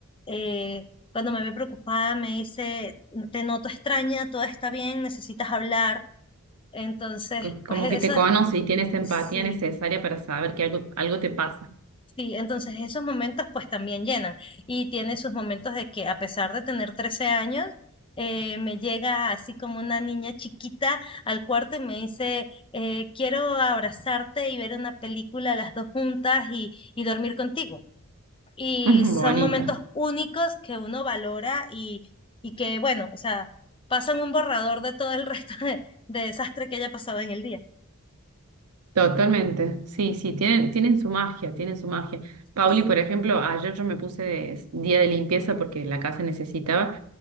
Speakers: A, on the left; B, on the right.
A: Eh, cuando me ve preocupada me dice, te noto extraña, todo está bien, necesitas hablar. Entonces,
B: co-
A: pues
B: Como
A: eso,
B: que te conoce y tienes empatía
A: sí.
B: necesaria para saber que algo, algo te pasa.
A: Sí, entonces esos momentos pues también llenan y tiene sus momentos de que a pesar de tener 13 años, eh, me llega así como una niña chiquita al cuarto y me dice, eh, quiero abrazarte y ver una película las dos juntas y, y dormir contigo. Y
B: <laughs>
A: son
B: Bonita.
A: momentos únicos que uno valora y, y que, bueno, o sea, pasan un borrador de todo el <laughs> resto de, de desastre que haya pasado en el día.
B: Totalmente, sí, sí, tienen, tienen su magia, tienen su magia. Pauli,
A: Sí.
B: por ejemplo, ayer yo me puse de- día de limpieza porque la casa necesitaba